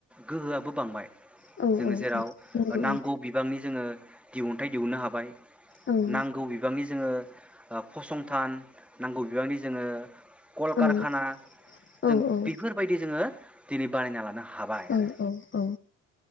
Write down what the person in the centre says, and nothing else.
गोहोआबो बांबाय
जोङो
जेराव
नांगौ बिबांनि जोङो दिहुनथाइ दिहुननो हाबाय
नांगौ बिबांनि जोङो ओ फसंथान नांगौ बिबांनि जोङो कलकारखाना
जों
बेफोरबायदि जोङो दिनै बानायना लानो हाबाय
आरो।